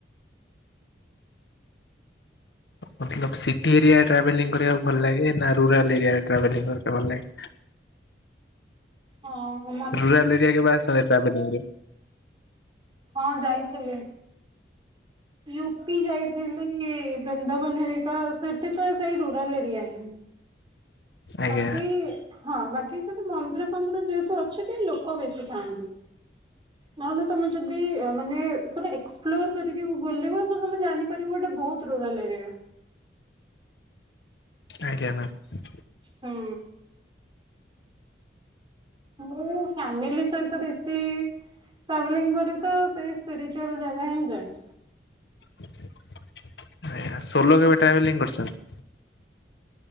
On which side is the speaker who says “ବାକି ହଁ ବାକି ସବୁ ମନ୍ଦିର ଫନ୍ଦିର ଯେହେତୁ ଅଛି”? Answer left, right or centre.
Right